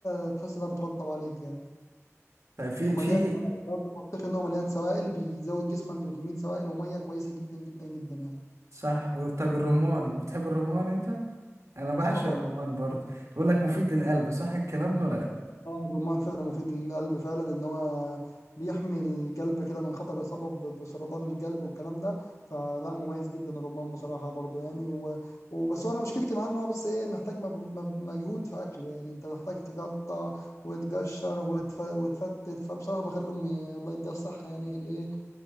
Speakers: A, on the left (about 75°); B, on the right (about 70°).
A: آه، تحس انها بترطب عليك يعني
B: طيب في
A: ومليان
B: في
A: سوائل البطيخ ان هو مليان سوائل بيزود جسمك بكميه سوائل وميه كويسه جدا جدا جدا يعني
B: صح طيب الرمان بتحب الرمان انت انا بعشق
A: طبعا
B: الرمان برضه بيقول لك مفيد للقلب صح الكلام ده ولا لا
A: اه الرمان فعلا مفيد للقلب فعلا لان هو بيحمي القلب كده من خطر الاصابه ب- بسرطان القلب والكلام ده فلا مميز جدا الرمان بصراحه برضو يعني و- وبس هو انا مشكلتي معاه ان هو بس ايه محتاج مجهود مب- مجهود في اكله يعني انت محتاج تقطع وتقشر وتف- وتفتت فبصراحه بخلي امي الله يديها الصحه يعني اللي ايه